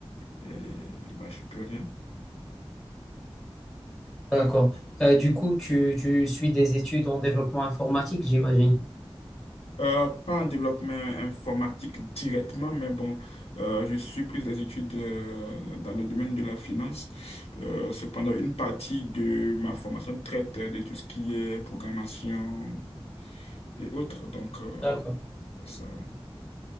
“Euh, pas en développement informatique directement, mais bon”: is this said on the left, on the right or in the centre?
Left